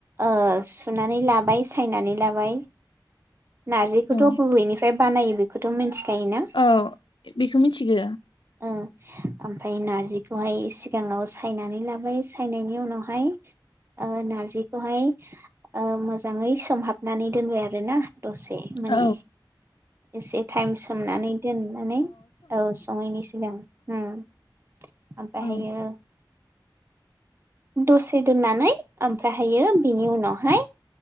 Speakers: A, on the right; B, on the left.
A: ओ सुनानै लाबाय सायनानै लाबाय नार्जिखौथ'
B: औ
A: बबेनिफ्राय बानायो बेखौथ' मिथि खायोना
B: औ बेखौ मिथिगो
A: ओमफ्राय नार्जिखौहाय सिगाङाव सायनानै लाबाय सायनायनि उनावहाय ओ नार्जिखौहाय ओ मोजाङै सोमहाबनानै दोनबाय आरोना दसे माने
B: औ
A: एसे टाइम सोमनानै दोननानै औ सङैनि सिगां उम ओमफ्रायहायो
B: औ
A: दसे दोननानै ओमफ्रायहायो बिनि उनावहाय